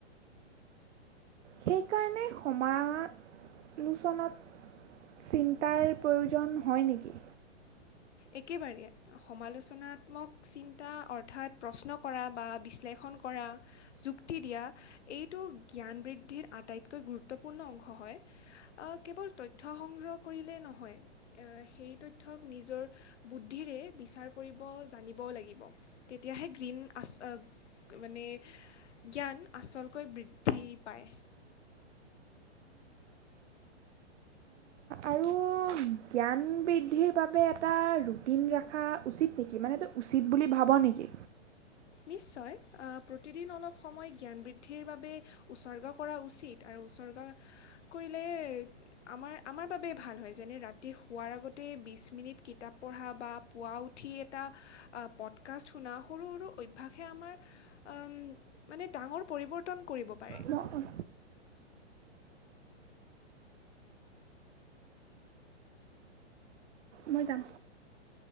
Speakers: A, on the right; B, on the left.
A: সেইকাৰণে সমালোচনত চিন্তাৰ প্ৰয়োজন হয় নেকি।
B: একেবাৰে সমালোচনাত্মক চিন্তা অৰ্থাৎ প্ৰশ্ন কৰা বা বিশ্লেষণ কৰা যুক্তি দিয়া এইটো জ্ঞান বৃদ্ধিৰ আটাইতকৈ গুৰুত্বপূৰ্ণ অংশ হয় কেৱল তথ্য সংগ্ৰহ কৰিলেই নহয় সেই তথ্যক নিজৰ বুদ্ধিৰে বিচাৰ কৰিব জানিবও লাগিব তেতিয়াহে গ্ৰীণ আচল মানে জ্ঞান আচলকৈ বৃদ্ধি পায়।
A: আৰু জ্ঞান বৃদ্ধিৰ বাবে এটা ৰুটিন ৰখা উচিত নেকি মানে এই উচিত বুলি ভাব নেকি?
B: নিশ্চয় প্ৰতিদিন অলপ সময় জ্ঞান বৃদ্ধিৰ বাবে উচৰ্গা কৰা উচিত আৰু উচৰ্গা কৰিলে আমাৰ আমাৰ বাবে ভাল হয় যেনে ৰাতি শোৱাৰ আগতে বিছ মিনিট কিতাপ পঢ়া বা পুৱা উঠি এটা পডকাষ্ট শুনা সৰু সৰু ভাষে আমাৰ মানে ডাঙৰ পৰিৱৰ্তন কৰিব পাৰে।
A: মই মই যাম।